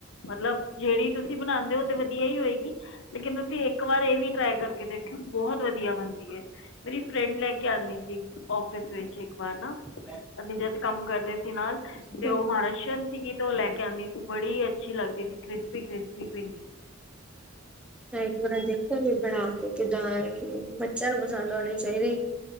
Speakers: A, on the left; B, in the centre.
A: ਮਤਲਬ ਜਿਹੜੀ ਤੁਸੀਂ ਬਣਾਉਂਦੇ ਹੋ ਤੇ ਵਧੀਆ ਹੀ ਹੋਏਗੀ ਲੇਕਿਨ ਤੁਸੀਂ ਇੱਕ ਵਾਰ ਇਹ ਵੀ ਟਰਾਈ ਕਰਕੇ ਦੇਖਿਓ ਬਹੁਤ ਵਧੀਆ ਬਣਦੀ ਹੈ ਮੇਰੀ ਫਰੈਂਡ ਲੈ ਕੇ ਆਉਂਦੀ ਸੀ ਔਫਿਸ ਵਿੱਚ ਇੱਕ ਵਾਰ ਨਾ
B: <inaudible>
A: ਅਸੀ ਜਦ ਕੰਮ ਕਰਦੇ ਸੀ ਨਾਲ
B: ਹੂੰ
A: ਤੇ ਉਹ ਮਾਰਸ਼ਲ <unintelligible> ਸੀਗੀ ਤੇ ਉਹ ਲੈ ਕੇ ਆਉਂਦੀ ਸੀ ਬੜੀ ਅੱਛੀ ਲੱਗਦੀ ਸੀ ਕ੍ਰਿਸਪੀ ਕ੍ਰਿਸਪੀ ਪਿੰਡੀ
B: ਮੈਂ ਇੱਕ ਵਾਰੀ ਦੇਖੁਗੀ ਵੀ ਬਣਾ ਕੇ ਕਿੱਦਾਂ ਹੈ ਕੀ ਬੱਚਿਆਂ ਨੂੰ ਪਸੰਦ ਆਉਣੀ ਚਾਹੀਦੀ